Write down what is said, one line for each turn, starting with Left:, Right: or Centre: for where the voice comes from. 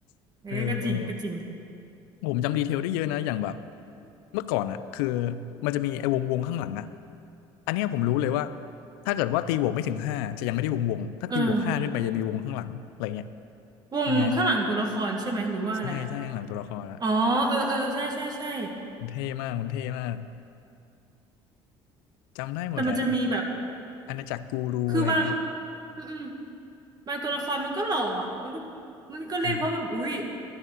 Left: ๆเออเออ
Right: เอ้ยก็จริงก็จริง
Left: ผมจำดีเทลได้เยอะนะอย่างแบบเมื่อก่อนอ่ะคือมันจะมีไอ้วงวงข้างหลังอ่ะอันเนี้ยผมรู้เลยว่าถ้าเกิดว่าตีบวกไม่ถึงห้าจะยังไม่ได้วงวงถ้าตีบวกห้าขึ้นไปจะมีวงข้างหลังอะไรเงี้ย
Right: เออวงข้างหลังตัวละครใช่ไหมหรือว่าอะไรอ่ะ
Left: ยังไงใช่ใช่ข้างหลังตัวละครอะ
Right: อ๋อเออเออใช่ใช่ใช่
Left: มันเท่มากมันเท่มากจำได้หมดแหละ
Right: แต่มันจะมีแบบ
Left: อาณาจักรกูรูอะไรอย่างเงี้ย
Right: คือบางอืมอืมบางตัวละครมันก็หล่ออ่ะมันก็มันก็เล่นเพราะแบบอุ๊ย
Left: นะ